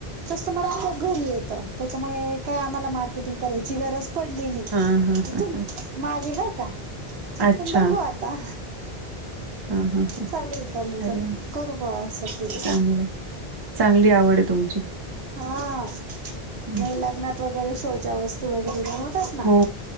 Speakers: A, on the right; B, on the right.
A: कस्टमर आपोआप घरी येतं. त्याच्यामुळे काय आम्हाला मार्केटिंग करायची गरज पडली नाही
B: हां, हां,
A: इथून
B: हां, हां.
A: मागे बरका
B: अच्छा.
A: पण बघूआत ता
B: हां, हां, हां.
A: चालेल करण्यासारख
B: अरे वाह!
A: करू बुवा असं पुढे
B: चांगलं आहे. चांगली आवड आहे तुम
A: हा
B: हं.
A: हे लग्नात वगैरे शोच्या वस्तू वगैरे बनव तेचना
B: हो